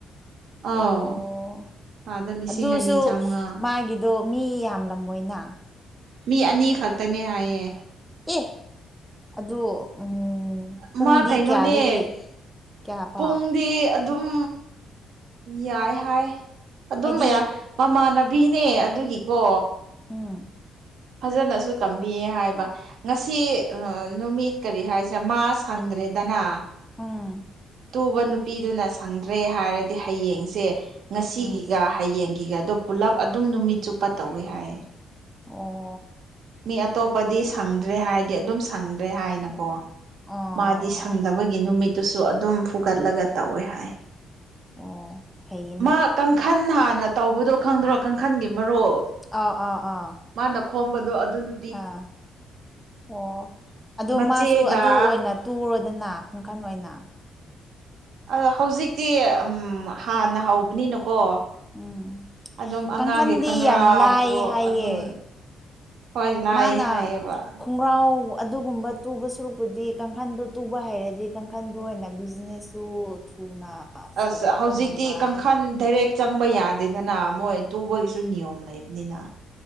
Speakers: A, on the right; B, in the centre.
A: ꯑꯧ
B: ꯑꯣ
A: ꯊꯥꯗ ꯂꯤꯁꯤꯡ
B: ꯑꯗꯨꯁꯨ
A: ꯑꯅꯤ ꯆꯥꯃꯉꯥ
B: ꯃꯥꯒꯤ ꯗꯣ ꯃꯤ ꯌꯥꯝꯂꯝꯃꯣꯏꯅ
A: ꯃꯤ ꯑꯅꯤꯈꯛꯇꯅꯦ ꯍꯥꯏꯌꯦ
B: ꯑꯦ ꯑꯗꯨ ꯎꯝ ꯄꯨꯡꯗꯤ
A: ꯃꯥ ꯀꯩꯅꯣꯅꯦ
B: ꯀꯌꯥꯗꯒꯤ ꯀꯌꯥ ꯐꯥꯎ
A: ꯄꯨꯡꯗꯤ ꯑꯗꯨꯝ ꯌꯥꯏ ꯍꯥꯏ ꯑꯗꯨꯝ
B: ꯍꯥꯏꯗꯤ
A: ꯃꯌꯥ ꯃꯃꯥꯟꯅ ꯕꯤꯅꯦ ꯑꯗꯨꯒꯤꯀꯣ
B: ꯎꯝ
A: ꯐꯖꯅꯁꯨ ꯇꯝꯕꯤꯌꯦ ꯍꯥꯏꯕ ꯉꯁꯤ ꯅꯨꯃꯤꯠ ꯀꯔꯤ ꯍꯥꯏꯁꯤꯔꯥ ꯃꯥ ꯁꯪꯗ꯭ꯔꯦꯗꯅ
B: ꯎꯪ
A: ꯇꯨꯕ ꯅꯨꯄꯤꯗꯨꯅ ꯁꯪꯗ꯭ꯔꯦ ꯍꯥꯏꯔꯗꯤ ꯍꯌꯦꯡꯁꯦ ꯉꯁꯤꯒꯤꯒ
B: ꯎꯝ
A: ꯍꯌꯦꯡꯒꯤꯒꯗꯣ ꯄꯨꯜꯂꯞ ꯑꯗꯨꯝ ꯅꯨꯃꯤꯠ ꯆꯨꯞꯄ ꯇꯧꯋꯦ ꯍꯥꯏꯌꯦ
B: ꯑꯣ
A: ꯃꯤ ꯑꯇꯣꯞꯄꯗꯤ ꯁꯪꯗ꯭ꯔꯦ ꯍꯥꯏꯔꯗꯤ ꯑꯗꯨꯝ ꯁꯪꯗ꯭ꯔꯦ ꯍꯥꯏꯅꯀꯣ
B: ꯑꯣ
A: ꯃꯥꯗꯤ ꯁꯪꯗꯕ ꯒꯤ ꯅꯨꯃꯤꯠꯇꯨꯁꯨ ꯑꯗꯨꯝ ꯐꯨꯒꯠꯂꯒ ꯇꯧꯋꯦ ꯍꯥꯏ
B: ꯑꯣ ꯐꯩꯌꯦꯅꯦ
A: ꯃꯥ ꯀꯥꯡꯈꯟ ꯍꯥꯟꯅ ꯇꯧꯕꯗꯣ ꯈꯪꯗ꯭ꯔꯣ ꯀꯥꯡꯈꯟꯒꯤ ꯃꯔꯨꯞ
B: ꯑꯥ ꯑꯥ ꯑꯥ
A: ꯃꯥꯅ ꯈꯣꯝꯕꯗꯣ ꯑꯗꯨ ꯅꯨ
B: ꯑꯥ ꯑꯣ ꯑꯗꯨ
A: ꯃꯆꯦꯒ
B: ꯃꯥꯁꯨ ꯑꯗꯨ ꯑꯣꯏꯅ ꯇꯨꯔꯣꯗꯅ ꯀꯥꯡꯈꯟ ꯑꯣꯏꯅ
A: ꯑꯗ ꯍꯧꯖꯤꯛꯇꯤ ꯎꯝ ꯍꯥꯟꯅ ꯍꯧꯕꯅꯤꯅꯀꯣ
B: ꯎꯝ
A: ꯑꯗꯨꯝ ꯑꯉꯥꯡꯒꯤ
B: ꯀꯥꯡꯈꯟꯗꯤ
A: ꯈꯪꯒ꯭ꯔꯥꯎ
B: ꯌꯥꯝ ꯂꯥꯏ
A: ꯐ꯭ꯔꯣꯛ
B: ꯍꯥꯏꯌꯦ
A: ꯑꯗꯨꯝ ꯍꯣꯏ ꯂꯥꯏ
B: ꯃꯥꯅ
A: ꯍꯥꯏꯌꯦꯕ
B: ꯈꯨ ꯈꯣꯡꯒ꯭ꯔꯥꯎ ꯑꯗꯨꯒꯨꯝꯕ ꯇꯨꯕ ꯁꯨꯔꯨꯛꯄꯨꯗꯤ ꯀꯥꯡꯈꯟꯗꯨ ꯇꯨꯕ ꯍꯩꯔꯗꯤ ꯀꯥꯡꯈꯟꯗꯨ ꯑꯣꯏꯅ ꯕꯤꯖꯤꯅꯦꯁ ꯇꯨ ꯊꯨꯅ
A: ꯑꯁ
B: ꯊꯥꯒꯠꯄ
A: ꯍꯧꯖꯤꯛꯇꯤ
B: ꯉꯝꯕ
A: ꯀꯥꯡꯈꯟ ꯗꯥꯏꯔꯦꯛ ꯆꯪꯕ ꯌꯥꯗꯦꯗꯅ ꯃꯣꯏ ꯇꯨꯕꯒꯤꯁꯨ ꯅꯤꯌꯣꯝ ꯂꯩꯕꯅꯤꯅ